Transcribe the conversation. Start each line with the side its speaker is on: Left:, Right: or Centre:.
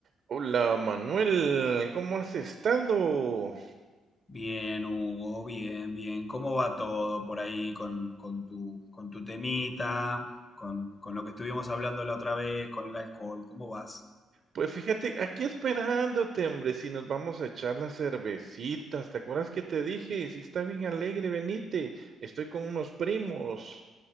Right: Hola Manuel, ¿cómo has estado?
Left: Bien, Hugo, bien, bien. ¿Cómo va todo por ahí con, con tu, con tu temita, con, con lo que estuvimos hablando la otra vez, con el alcohol? ¿Cómo vas?
Right: Pues fíjate, aquí esperándote, hombre, si nos vamos a echar las cervecitas. ¿Te acuerdas que te dije? Si está bien alegre, venite. Estoy con unos primos.